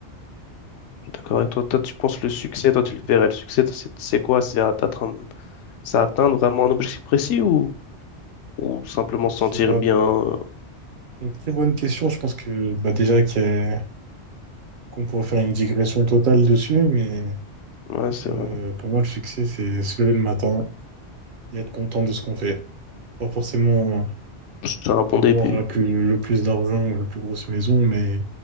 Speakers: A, on the left; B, on the right.
A: Je suis d'accord avec toi. Toi, tu penses le succès, toi, tu le verrais. Le succès, c'est c'est quoi? C'est à t'atteindre, c'est atteindre vraiment un objectif précis ou, ou simplement se
B: Je
A: sentir
B: sais pas.
A: bien? euh,
B: Une très bonne question. Je pense que, bah, déjà, qu'il y a- qu'on pourrait faire une digression totale dessus, mais
A: Ouais, c'est
B: euh,
A: vrai.
B: pour moi, le succès, c'est se lever le matin et être content de ce qu'on fait. Pas forcément.
A: C'est un bon
B: avoir
A: début.
B: la plus, le plus d'argent, ou la plus grosse maison, mais